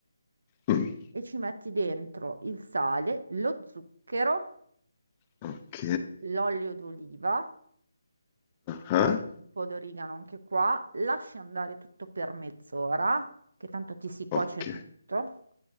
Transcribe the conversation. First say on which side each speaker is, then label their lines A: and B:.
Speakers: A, on the left; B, on the right.
A: mm.
B: e ci metti dentro il sale, lo zucchero
A: Ok.
B: l'olio d'oliva,
A: Ah,
B: un po' d'origano anche qua, lasci andare tutto per mezz'ora, che tanto ti si cuoce
A: ok.
B: tutto,